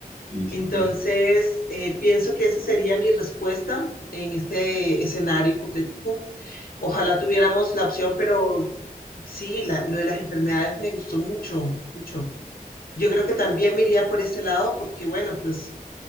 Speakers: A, on the right; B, on the left.
A: Sí,
B: Entonces,
A: sí, claro.
B: eh, pienso que esa sería mi respuesta en este escenario hipotético. Ojalá tuviéramos la opción, pero sí, la- lo de las enfermedades me gustó mucho, mucho. Yo creo que también me iría por ese lado porque, bueno, pues